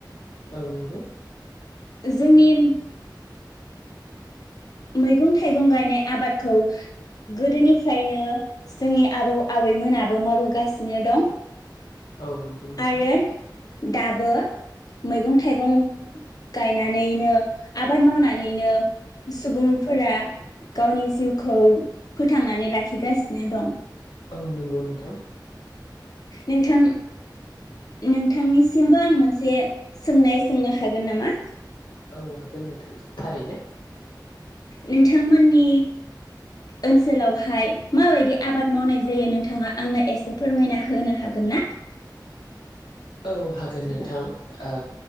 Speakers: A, on the left (about 75°); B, on the left (about 55°).
A: औ नोंगौ।
B: जोंनिम मैगं थाइगं गायनाय आबादखौ गोदोनिफ्रायनो जोंनि आबौ आबैमोनाबो मावबोगासिनो दं।
A: औ नोंगौ नोंथां।
B: आरो दाबो मैगं थाइगं गायनानैनो आबाद मावनानैनो सुबुंफोरा गावनि जिउखौ फोथांनानै लाखिगासिनो दं।
A: औ नोंगौ नोंथां।
B: नोंथां नोंथांनिसिमबो आं मोनसे सोंनाय सोंनो हागोन नामा?
A: औ हागोन नोंथां थारैनो।
B: नोंथांमोननि ओनसोलावहाय माबायदि आबाद मावनाय जायो नोंथाङा आंनो एसे फोरमायना होनो हागोन ना?
A: औ हागोन नोंथां ओ